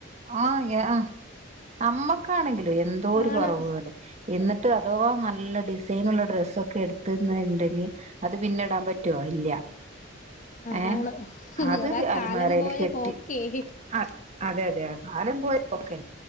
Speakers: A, on the right; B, on the left.
A: ആഹ്, ഹ്യ ആ അമ്മക്കാണെങ്കിലോ എന്തോഒരു
B: ആണ്
A: കൊർവ് പോലെ. ഇന്ന്ട്ടോ അദോ ന്നല്ലെ ഡിസൈനുള്ള ഡ്രസ്സൊക്കെട് ത്ത്ന്ന ഇണ്ടെങ്കിൽ അത് പിന്നെടാൻ പറ്റോഇല്ല.
B: അതാണ്
A: ഏഹ് അത്
B: അതാ
A: അൽമേറില്
B: കാലം പോയ
A: കെട്ടി
B: പോക്കേ
A: അ അതെ, അതെ, കാലംപോയപോക്കേ.